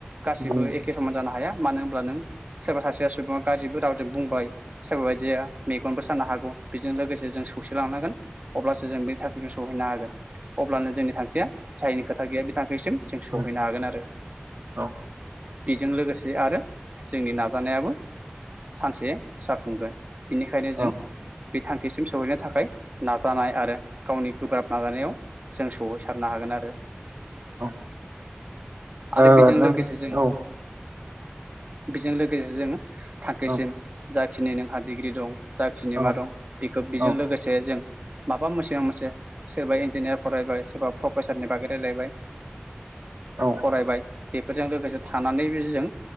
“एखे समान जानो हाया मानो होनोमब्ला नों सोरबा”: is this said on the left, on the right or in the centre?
Right